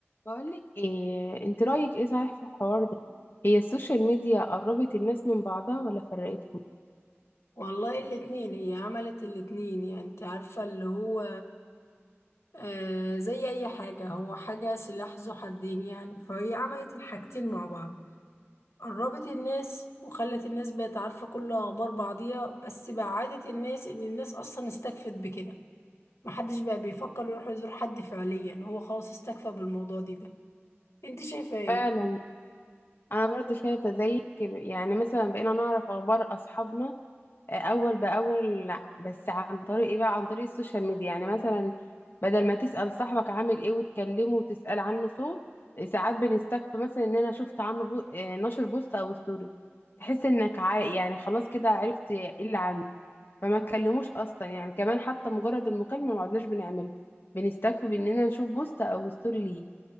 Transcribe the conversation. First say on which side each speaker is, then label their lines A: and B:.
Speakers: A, on the left; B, on the left.
A: بقولك ايه انت رأيك ايه صحيح في الحوار ده هي السوشيال ميديا قربت الناس من بعضها ولا فرقتهم
B: والله الاتنين هي عملت الاتنين يعني انت عارفة اللي هو آه زي اي حاجة هو حاجة سلاح ذو حدين يعني فهي عملت الحاجتين مع بعض قربت الناس وخلت الناس بقت عارفة كل اخبار بعضيها بس بعدت الناس ان الناس اصلا استكفت بكده محدش بقى بيفكر يروح يزور حد فعليا هو خلاص استكفى بالموضوع دي ده انت شايفة ايه؟
A: فعلا انا برضو شايفة زيك يعني مثلا بقينا نعرف اخبار اصحابنا آه، اول باول لا بس عن طريق ايه بقى عن طريق السوشيال ميديا يعني مثلا بدل ما تسأل صاحبك عامل ايه وتكلمه وتسأل عنه صوت ساعات بنستكفى مثلا ان انا شفت عنه بو... آه، نشر بوست او ستوري تحس انك عا... يعني خلاص كده عرفت ايه اللي عنه فما اتكلموش اصلا يعني كمان حتى مجرد المكالمه ما عدناش بنعمله بنستكفي باننا نشوف بوست او ستوري ليه